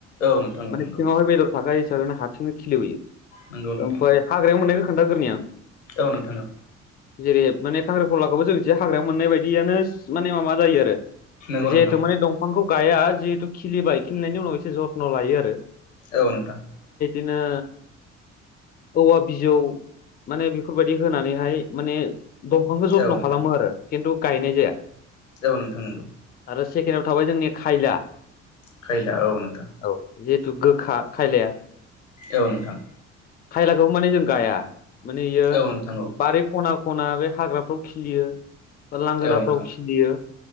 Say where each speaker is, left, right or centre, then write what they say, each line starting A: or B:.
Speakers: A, on the left (about 85°); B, on the left (about 25°).
A: औ नोंथां
B: माने
A: औ नंगौ
B: सिंआव हाय बेदर थाखायो ओरैनो हारसिंनो खिलिबोयो।
A: नंगौ नोंथां
B: ओमफ्राय हाग्रायाव मोननायखौ खोन्थाग्रोनि आं।
A: औ नोंथां औ
B: जेरै- माने खांख्रिखलाखौबो जों जे हाग्राायाव मोननाय बायदियानो माने मााबा जायो आरो
A: नंगौ
B: जिहेथु
A: नोंथां
B: माने दंफांखौ गाया जिहेथु खिलिबाय खिलिनायनि उनाव एसे जथ्न' लायो आरो
A: औ नोंथां
B: नो औवा बिजौ माने फोरबायदि होनानैहाय माने दंफांखौ जथ्न'
A: औ नोंथां
B: खालामो आरो खिन्थु गायनाय जाया -
A: औ नोंथां नंगौ
B: आरो सेकेण्डआव थाबाय जोंनि खायला
A: खैला औ नोंथां
B: औ जिहेथु गोखा खायलाया
A: औ नोंथां
B: खायलाखौ माने जों गाया माने बियो
A: औ नोंथां
B: बारि खना खना बे हाग्राफ्राव खिलियो बा लांगोनाफ्राव
A: औ नोंथां
B: खिलियो